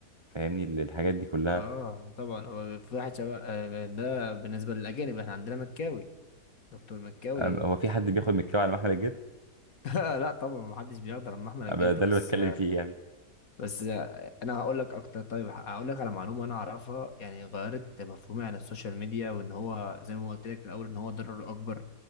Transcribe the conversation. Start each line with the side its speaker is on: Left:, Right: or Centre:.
Right: فاهمني ال- الحاجات دي كلها
Left: اه طبعا هو في واحد شباب آه، ده بالنسبة للأجانب احنا عندنا مكاوي دكتور مكاوي
Right: أم- هو في حد بياخد من الكاوي على محمل الجد
Left: <laughs> لا طبعا محدش بيقدر لما احمد الجد
Right: أبقى ده
Left: بس
Right: اللي بتكلم فيه يعني
Left: بس انا هقول لك اكتر طيب هقول لك على معلومه انا اعرفها يعني غيرت مفهومي عن السوشيال ميديا وان هو زي ما قلت لك في الاول ان هو ضرر اكبر